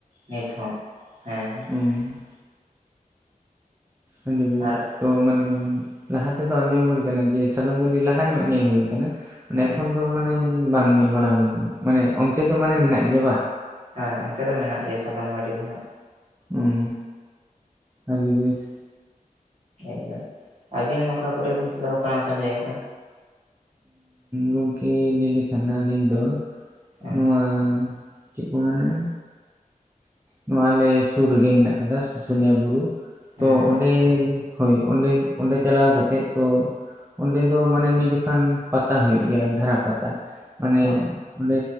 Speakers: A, on the right (about 50°); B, on the right (about 15°).
A: ᱱᱤᱛᱦᱚᱸ ᱦᱮᱸ ᱦᱮᱸ᱾
B: ᱦᱩᱸ᱾ ᱟᱹᱰᱤ ᱵᱮᱥ᱾
A: ᱟᱨ
B: ᱛᱚ ᱢᱟᱱᱮ ᱞᱟᱦᱟ ᱛᱮᱫᱚ ᱟᱸᱡᱚᱢ ᱦᱩᱭ ᱠᱟᱱᱟ ᱡᱮ ᱥᱟᱫᱚᱢ ᱜᱟᱹᱰᱤ ᱞᱟᱦᱟ ᱧᱚᱜ ᱧᱮᱞ ᱦᱩᱭ ᱠᱟᱱᱟ, ᱚᱱᱮ
A: ᱦᱮᱸ
B: ᱮᱠᱷᱚᱱ ᱫᱚ ᱢᱟᱱᱮ ᱵᱟᱝ ᱧᱮᱞ ᱵᱟᱲᱟ ᱦᱩᱭ ᱠᱟᱱᱟ ᱢᱟᱱᱮ ᱚᱱᱛᱮ ᱫᱚ ᱢᱟᱱᱮ ᱢᱮᱱᱟᱜ ᱜᱮᱭᱟ ᱵᱟᱝ?
A: ᱦᱮᱸ ᱚᱱᱛᱮ ᱫᱚ ᱢᱮᱱᱟᱜ ᱜᱮᱭᱟ ᱥᱟᱫᱚᱢ ᱜᱟᱹᱰᱤ ᱫᱚ ᱱᱟᱸᱜ᱾
B: ᱩᱸ ᱟᱰᱤ ᱵᱮᱥ᱾
A: ᱮᱠᱫᱚᱢ ᱟᱹᱵᱤᱱ ᱚᱠᱟ ᱠᱚᱨᱮ ᱵᱤᱱ ᱪᱟᱞᱟᱣ ᱠᱟᱱᱟ ᱚᱱᱠᱟᱱ ᱡᱟᱭᱜᱟ᱾
B: ᱜᱚᱢᱠᱮ ᱞᱟᱹᱭ ᱞᱮᱠᱷᱟᱱ ᱟᱹᱞᱤᱧ ᱫᱚ
A: ᱦᱮᱸ
B: ᱱᱚᱣᱟ᱾ ᱪᱮᱜ ᱠᱚ ᱢᱮᱱᱟ ᱱᱚᱣᱟ ᱟᱞᱮ ᱥᱩᱨ ᱨᱮᱜᱮ ᱢᱮᱱᱟᱜ ᱠᱟᱫᱟ ᱥᱩᱥᱩᱱᱤᱭᱟ ᱵᱩᱨᱩ᱾
A: ᱦᱮᱸ
B: ᱛᱚ
A: ᱦᱮᱸ
B: ᱚᱸᱰᱮ᱾ ᱦᱳᱭ ᱚᱸᱰᱮ ᱚᱸᱰᱮ ᱪᱟᱞᱟᱣ ᱠᱟᱛᱮᱫ ᱛᱚ ᱚᱸᱰᱮ ᱫᱚ ᱢᱟᱱᱮ ᱢᱤᱫ ᱡᱚ ᱠᱷᱟᱱ ᱯᱟᱛᱟ ᱦᱳᱭᱳᱜ ᱜᱮᱭᱟ ᱫᱷᱟᱨᱟ ᱯᱟᱛᱟ ᱢᱟᱱᱮ᱾
A: ᱚ
B: ᱚᱸᱰᱮ